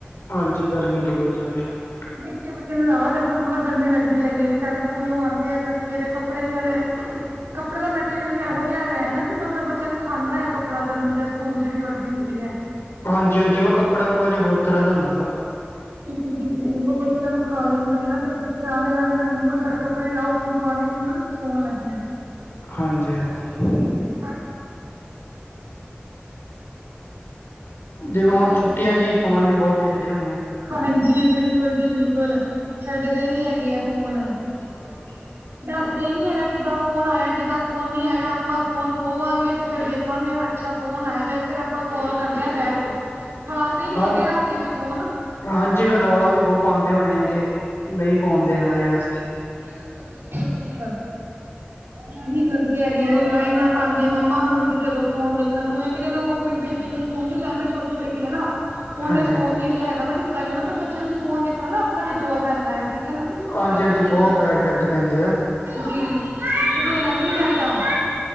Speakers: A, on the left; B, on the right.
A: ਹਾਂਜੀ ਗਰਮੀ ਤਾਂ ਬਹੁਤ ਜ਼ਿਆਦਾ ਆ
B: ਨਿੱਕੇ ਬੱਚਿਆਂ ਨੂੰ ਜ਼ਿਆਦਾ ਤੁਹਾਨੂੰ ਪਤਾ ਗਰਮੀ ਲੱਗ ਹੈਗੀ ਹੈ ਵਿਚਾਰੇ ਸਕੂਲੋਂ ਆਉਂਦੇ ਆ ਥੱਕੇ ਤੇ ਕੱਪੜੇ ਵੀ ਇਹਨਾਂ ਦੇ ਕੱਪੜੇ ਦਾ ਮਟੀਰੀਅਲ ਵੀ ਇਹੋ ਜਿਹਾ ਹੈਗਾ ਹੈ ਨਾ ਕਿ ਮਤਲਬ ਬੱਚਿਆਂ ਨੂੰ ਖਾਂਦਾ ਹੈ ਕੱਪੜਾ ਗਰਮੀ ਦਾ ਸਕੂਲ ਜਿਹੜੀ ਵਰਦੀ ਹੁੰਦੀ ਹੈ
A: ਹਾਂਜੀ-ਹਾਂਜੀ ਉਹ ਕੱਪੜਾ ਕੁਝ ਹੋਰ ਤਰ੍ਹਾਂ ਦਾ ਹੁੰਦਾ ਵਾ
B: ਜੀ ਬਿਲਕੁਲ ਉਹ ਬੱਚਿਆਂ ਨੂੰ ਖਾ ਜਾਂਦਾ ਹੈ ਫਿਰ ਬੱਚੇ ਆ ਕਹਿੰਦੇ ਮੰਮਾ ਸਾਡੇੱ ਪਰੇ ਲਓ ਸਾਨੂੰ ਪਾਣੀ ਪੀ ਸੌਣ ਲੱਗ ਹ
A: ਹਾਂਜੀ ਹਾਂਜੀ
B: <inaudible> ਥੱਕ
A: ਦੇਖੋ ਹੁਣ
B: ਜਾਂਦੇ
A: ਛੁੱਟੀਆਂ 'ਚ ਹੀ ਫੋਨ ਵੀ ਬਹੁਤ ਦੇਖਦੇ ਹੋਣੇ ਆ
B: ਹਾਂਜੀ ਬਿਲਕੁਲ ਜੀ ਬਿਲਕੁਲ ਛੱਡਦੇ ਨੀ ਹੈਗੇ ਆ ਫੋਨ
A: ਆਾਂ
B: ਦੱਸਦੇ ਹੀ ਨੀ ਹੈਗਾ ਕਿੱਦਾ ਫੋਨ ਆਇਆ ਕਿੱਦਾ ਫੋਨ ਨੀ ਆਇਆ ਆਪਾਂ ਫੋਨ ਖੋਵਾਂਗੇ ਤੇ ਫੇਿਰ ਦੇਖ ਦੇਖਾਂਗੇ ਅੱਛਾ ਫੋਨ ਆਇਦਾ ਫਿਰ ਆਪਾਂ ਕਾਲ ਕਰਦੇ ਹਾਂ ਬੈਕ ਫੜਾਂਦੇ ਨੀ
A: ਹਾਂ
B: ਹੈਗੇ ਹੱਥ'ਚ ਫੋਨ।
A: ਹਾਂਜੀ, ਫਿਰ ਰੌਲਾ ਵੀ ਬਹੁਤ ਪਾਉਂਦੇ ਹੋਣੇ ਹੈ, ਕਿ ਨਹੀਂ ਪਾਓਣ ਦੇਣਾ ਯਾਰ
B: ਬਿਲਕੁਲ ਜੀ, ਬਿਲਕੁਲ। ਆਹੀ ਕਰਦੇ ਹੈਗੇ ਆ। ਰੋਲਾ ਇੰਨਾ ਪਾਂਦੇ ''ਮੰਮਾ ਹੁਣ ਤੇ, ਦੇਦੋ ਫੋਨ ਦੇਖਣ ਨੂੰ, ਇੱਕ ਦਿਨ ਉਹ ਮੇਰੀ ਬੇਬੀ ਨੇ ਫੋਨ ਨੀ ਲਿਆ ਮੇ ਛੋਟ ਕੀ, ਹੈ, ਨਾ। ਉਹਨੇ
A: ਹਾਂਜੀ
B: ਫੋਨ
A: ਹਾਂਜੀ
B: ਨੀ ਲਿਆ ਹੈਗਾ, ਮੈਂ ਦਿੱਤਾ ਨੀ ਮਤਲਬ ਬੱਚਿਆਂ ਨੂੰ ਫੋਨ ਦੇਖਣ ਨਾ ਅੱਖਾਂ ਤੇ, ਜ਼ੋਰ ਪੈਂਦਾ ਆ ਠੀਕ ਹੈ ਨਾ
A: ਹਾਂਜੀ
B: ਅੱਖਾਂ
A: ਹਾਂਜੀ
B: ਤੇ
A: ਬਹੁਤ ਬੈਡ ਇਫੈਕਟ ਪੈਂਦੇ ਆ
B: ਜੀ। ਤੇ, ਦੇਣਾ ਵੀ ਨੀ ਚਾਹੀਦਾ।